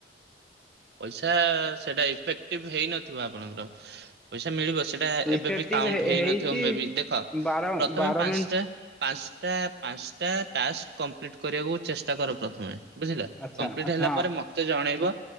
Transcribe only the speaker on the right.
ପଇସା ସେଇଟା ଇଫେକ୍ଟିଭ ହେଇନଥିବ ଆପଣଙ୍କର ପଇସା ମିଳିବ ସେ ସେଟା ଏବେ
ବି କାଉଣ୍ଟ ହେଇନଥିବ
ମେ ବି ଦେଖ
ପ୍ରଥମେ
ପାଞ୍ଚଟା
ପାଞ୍ଚଟା ପାଞ୍ଚଟା ଟାସ୍କ୍ କମ୍ପ୍ଲିଟ୍ କରିବାକୁ ଚେଷ୍ଟା କର ପ୍ରଥମେ। ବୁଝିଲ
କଂପ୍ଲିଟ୍
ହେଲା
ପରେ ମତେ ଜଣେଇବ।